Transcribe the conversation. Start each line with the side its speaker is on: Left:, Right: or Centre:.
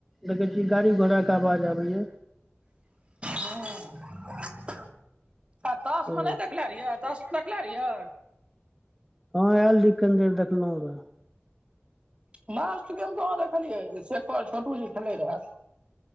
Centre: देखै छि गाड़ी- घोड़ा के आवाज आबैया।
Right: हंऽ। तास
Centre: ओ
Right: मे नहि देखले रहियै, तास मे देखले रहियै।
Centre: हँं आयल रही कनि देर देखलहुं है।
Right: लास्ट गेम कहां देखलियै, शेखर - छोटु जी खेलै रहै।